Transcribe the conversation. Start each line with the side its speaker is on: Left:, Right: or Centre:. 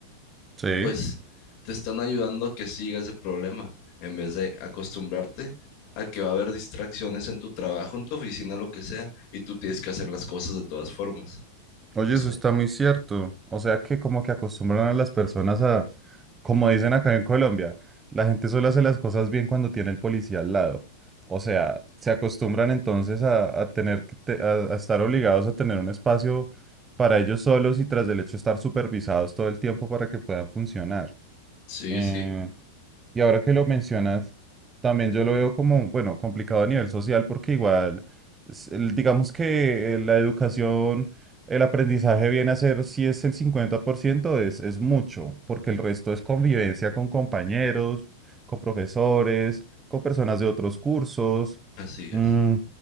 Right: Sí.
Left: pues te están ayudando a que sigas ese problema, en vez de acostumbrarte a que va a haber distracciones en tu trabajo, en tu oficina, lo que sea, y tú tienes que hacer las cosas de todas formas. No
Right: Oye,
Left: sé.
Right: eso está muy cierto. O sea que como que acostumbran a las personas a Como dicen acá en Colombia, la gente solo hace las cosas bien cuando tiene el policía al lado. O sea, se acostumbran entonces a, a tener que te- a, a estar obligados a tener un espacio para ellos solos y tras del hecho estar supervisados todo el tiempo para que puedan funcionar.
Left: Sí,
Right: Eh,
Left: sí,
Right: y ahora que lo mencionas, también yo lo veo como, bueno, complicado a nivel social porque igual, es el- digamos que eh, la educación, el aprendizaje viene a ser, si es el 50% es, es mucho, porque el resto es convivencia con compañeros, con profesores, con personas de otros cursos.
Left: así es.
Right: Mm,